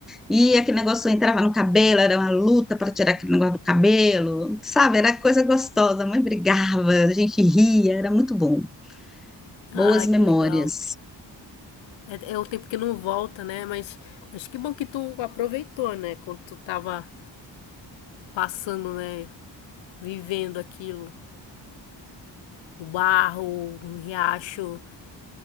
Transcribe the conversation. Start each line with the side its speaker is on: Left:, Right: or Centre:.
Centre: E aquele negócio entrava no cabelo, era uma luta para tirar aquele negócio do cabelo, sabe? Era coisa gostosa, a mãe brigava, a gente ria, era muito bom. Boas
Left: Ah, que
Centre: memórias.
Left: legal. É, é o tempo que não volta, né? Mas, mas que bom que tu aproveitou, né? Quando tu tava passando, né? Vivendo aquilo. O barro, o riacho,